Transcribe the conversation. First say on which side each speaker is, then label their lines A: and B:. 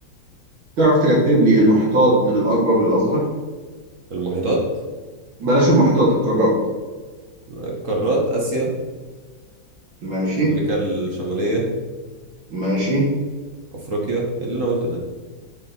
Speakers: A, on the right; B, on the right.
A: تعرف ترتب لي المحيطات من الأكبر للأصغر
B: المحيطات
A: بلاش المحيطات القارات
B: القارات اسيا
A: ماشي
B: امريكا الشماليه
A: ماشي
B: افريقيا إيه اللي انا قلته ده